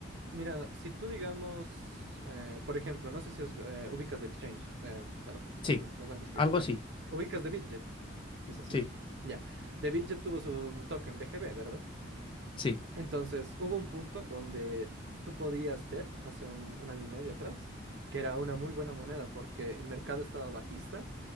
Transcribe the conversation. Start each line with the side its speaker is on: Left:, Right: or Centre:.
Right: mira, si tú digamos, eh, por ejemplo, no sé si os, eh, ubicas de Exchange, eh, a lo que- a
Left: Sí,
Right: lo- los bancos cripto,
Left: algo
Right: bueno,
Left: sí,
Right: ubicas de Bitget, quizás sí,
Left: sí,
Right: ya, de Bitget tuvo su mm, token BGB, ¿verdad?
Left: sí,
Right: Entonces, hubo un punto donde tú podías ver, hace un, un año y medio atrás, que era una muy buena moneda porque el mercado estaba bajista